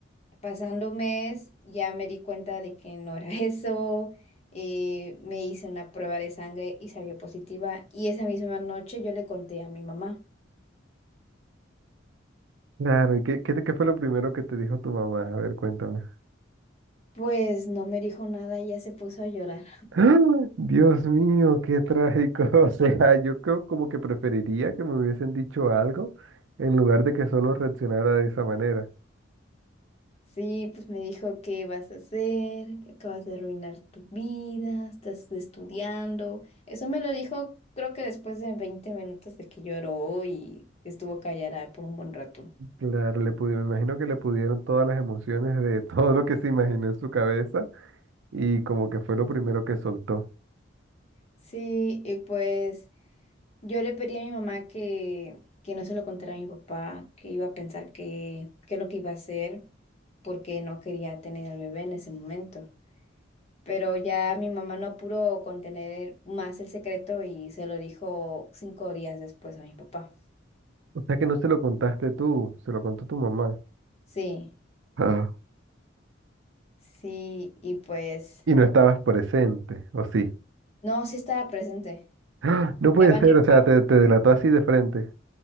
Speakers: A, on the left; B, on the right.
A: pasando un mes, ya me di cuenta de que no era <laughs> eso. eh, me hice una prueba de sangre y salió positiva. Y esa misma noche yo le conté a mi mamá.
B: Claro, ¿y qué, qué, qué fue lo primero que te dijo tu mamá? A ver, cuéntame.
A: Pues no me dijo nada y ya se puso a llorar.
B: ¡Ah! Dios mío, qué trágico. <laughs> O sea, yo creo como que preferiría que me hubiesen dicho algo en lugar de que solo reaccionara de esa manera.
A: Sí, pues me dijo, ¿qué vas a hacer? Que acabas de arruinar tu vida, estás estudiando. Eso me lo dijo, creo que después de 20 minutos de que lloró y estuvo callada por un buen rato.
B: Claro, le pudi- me imagino que le pudieron todas las emociones de <laughs> todo lo que se imaginó en su cabeza. y como que fue lo primero que soltó.
A: Sí, y pues yo le pedí a mi mamá que, que no se lo contara a mi papá, que iba a pensar que, qué es lo que iba a hacer, porque no quería tener al bebé en ese momento. Pero ya mi mamá no pudo contener más el secreto y se lo dijo cinco días después a mi papá.
B: O sea que no se lo contaste tú, se lo contó tu mamá.
A: Sí,
B: Ah.
A: sí, y pues
B: Y no estabas presente, ¿o sí?
A: no, sí estaba presente.
B: ¡Ah! No puede
A: Estaba
B: ser,
A: en el
B: o sea,
A: cuarto.
B: te, te delató así de frente.